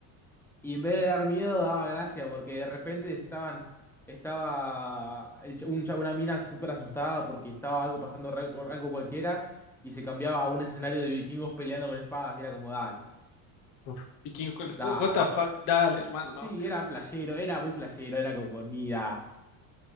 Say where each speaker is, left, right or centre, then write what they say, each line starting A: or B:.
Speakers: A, in the centre; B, on the left (about 50°).
A: Y en vez de dar miedo, daba gracia, porque de repente estaban, estaba el ch- un cha- una mina súper asustada porque estaba algo pasando, ra- algo cualquiera, y se cambiaba a un escenario de vikingos peleando con espadas, y era como, dale,
B: Uf. Vikingo con espada,
A: dale.
B: what the fuck, dale, hermano, no.
A: Sí, era playero, era muy playero, era como, ni da.